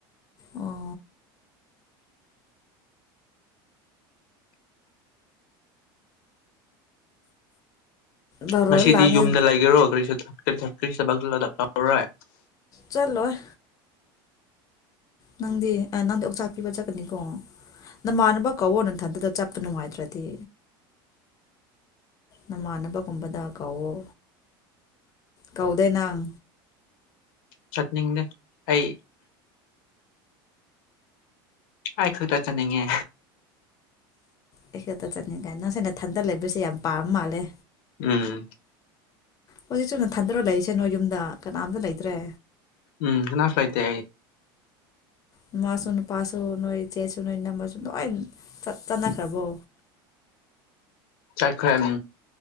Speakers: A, on the left; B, on the left.
A: ꯑꯣ ꯕꯥꯔꯣꯗ
B: ꯉꯁꯤꯗꯤ
A: ꯂꯥꯛꯑꯅꯤ
B: ꯌꯨꯝꯗ ꯂꯩꯒꯦꯔꯣ ꯀꯔꯤꯁꯨ ꯊꯔꯤ ꯆꯕꯔꯦ
A: ꯆꯠꯂꯣꯏ ꯅꯪꯗꯤ ꯅꯪꯗꯤ ꯑꯣꯛꯆꯥꯛ ꯄꯤꯕ ꯆꯠꯀꯅꯤꯀꯣ ꯅꯃꯥꯟꯅꯕ ꯀꯧꯋꯣ ꯅꯊꯟꯇꯗ ꯆꯠꯄ ꯅꯨꯡꯉꯥꯏꯗ꯭ꯔꯗꯤ ꯅꯃꯥꯟꯅꯕꯒꯨꯝꯕꯗ ꯀꯧꯋ ꯀꯧꯗꯦ ꯅꯪ
B: ꯆꯠꯅꯤꯡꯗꯦ ꯑꯩ ꯑꯩ ꯈꯨꯜꯗ ꯆꯠꯅꯤꯡꯉꯦ
A: ꯑꯩ ꯈꯛꯇ ꯆꯠꯅꯤꯡ ꯀꯥꯏ ꯅꯁꯥꯏꯅ ꯊꯟꯗ ꯂꯩꯕꯁꯦ ꯌꯥꯝ ꯄꯥꯕ ꯃꯥꯜꯂꯦ
B: ꯎꯝ
A: ꯍꯧꯖꯤꯛ ꯆꯨꯅ ꯊꯟꯊꯔ ꯂꯩꯔꯤꯁꯅꯣ ꯌꯨꯝꯗ ꯀꯅꯥꯝꯇ ꯂꯩꯇ꯭ꯔꯦ
B: ꯎꯝ ꯀꯅꯥꯁꯨ ꯂꯩꯇꯦ
A: ꯅꯨꯃꯁꯨ ꯅꯨꯄꯥꯁꯨ ꯅꯣꯏ ꯏꯆꯦꯁꯨ ꯅꯣꯏ ꯏꯅꯝꯃꯁꯨ ꯂꯣꯏ ꯇꯥꯅꯈ꯭ꯔꯕꯣ
B: ꯆꯥꯛꯈꯔꯦ